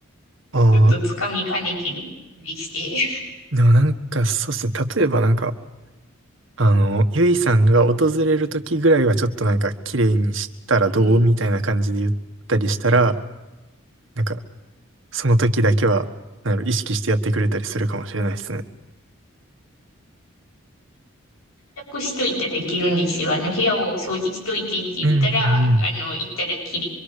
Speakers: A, on the right; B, on the left.
A: ああ。
B: ちょっとつかみかねてるふりして。
A: でもなんか、そうっすね。例えばなんか、あの、ゆいさんが訪れる時ぐらいはちょっとなんか綺麗にしたらどうみたいな感じで言ったりしたら、
B: うん。
A: なんかその時だけは、なんやろ、意識してやってくれたりするかもしれないですね。
B: <laughs> そうなんです洗濯しといたらできるんですよ。あの、部屋を掃除しといてって言ったら、
A: うんうん
B: あの、行ったら綺